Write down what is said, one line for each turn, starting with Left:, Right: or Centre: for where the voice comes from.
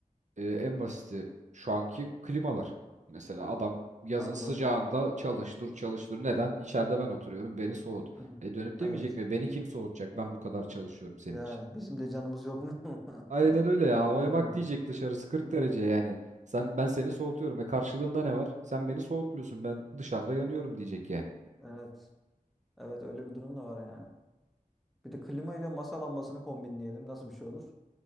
Right: e, en basiti şu anki klimalar. Mesela adam yazın
Centre: Hadi
Right: sıcağında
Centre: bakalım.
Right: çalıştır çalıştır. Neden? İçeride ben oturuyorum. Beni soğut.
Centre: Hı hı.
Right: E dönüp demeyecek
Centre: Evet.
Right: mi? Beni kim soğutacak? Ben bu kadar çalışıyorum senin
Centre: Yani
Right: için.
Centre: bizim de canımız yok mu?
Right: Aynen
Centre: <laughs>
Right: öyle ya. Havaya
Centre: Klima.
Right: bak diyecek dışarısı 40
Centre: Hı hı.
Right: derece yani. Sen ben seni soğutuyorum ve karşılığında ne var? Sen beni soğutmuyorsun. Ben dışarıda yanıyorum diyecek yani.
Centre: Evet. Evet öyle bir durum da var yani. Bir de klima ile masa lambasını kombinleyelim. Nasıl bir şey olur?